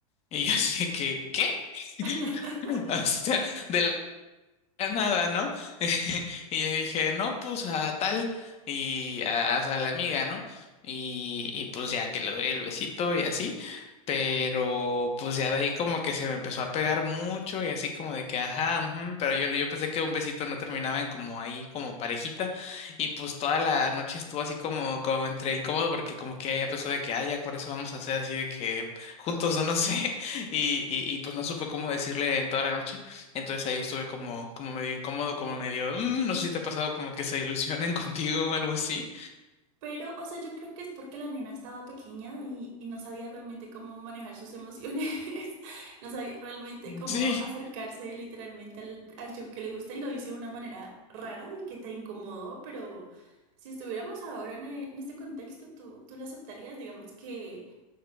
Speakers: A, on the left; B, on the right.
A: Y yo así de que, ¿qué? <laughs>
B: <laughs>
A: <laughs> O sea, de la nada, ¿no? <laughs> Y yo dije, no, pues a tal y a, o sea, a la amiga, ¿no? Y, y pues ya que le doy el besito y así, pero pues ya de ahí como que se me empezó a pegar mucho y así como de que, ajá, ujú, pero yo, yo pensé que un besito no terminaba en como ahí, como parejita, y pues toda la noche estuvo así como, como entre incómodo porque como que ella pensó de que, ah, ya por eso vamos a hacer así de que juntos o no sé, <laughs> y, y, y pues no supe cómo decirle en toda la noche. Entonces ahí estuve como, como medio incómodo, como medio, "Mm, no sé si te ha pasado como que se ilusionen <laughs> contigo o algo así.
B: Pero, o sea, yo creo que es porque la nena estaba pequeña y, y no sabía realmente cómo manejar sus emociones, <laughs> no sabía realmente cómo
A: Sí.
B: acercarse literalmente al, al chico que le gusta y lo hice de una manera rara y que te incomodó, pero si estuviéramos ahora en, e- en este contexto, ¿tú, tú la aceptarías? Digamos que,